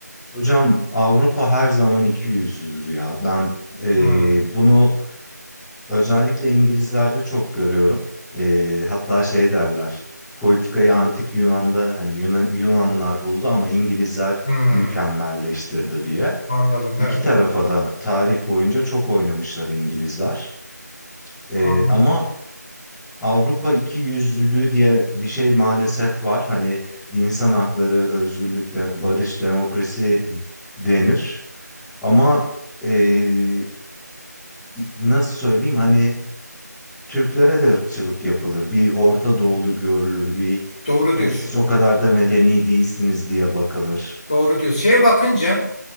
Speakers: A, in the centre; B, on the left.
A: Hocam Avrupa her zaman iki yüzlüdür ya. Ben eee,
B: Hmm,
A: bunu Özellikle İngilizlerde çok görüyorum. Ee, hatta şey derler. Politikayı antik Yunan'da hani Yunan, Yunanlar buldu ama İngilizler
B: hmm,
A: mükemmelleştirdi diye.
B: anladım
A: İki
B: evet
A: tarafa da tarih boyunca çok oynamışlar İngilizler. Ee,
B: anladım.
A: ama Avrupa iki yüzlülüğü diye bir şey maalesef var. Hani insan hakları, özgürlük, de, barış, demokrasi denir. Ama ee, nasıl söyleyeyim hani Türklere de ırkçılık yapılır. Bir Orta Doğulu görülür, bir
B: Doğru
A: "E,
B: diyorsun.
A: siz o kadar da medeni değilsiniz diye bakılır.
B: Doğru diyorsun. Şeye bakınca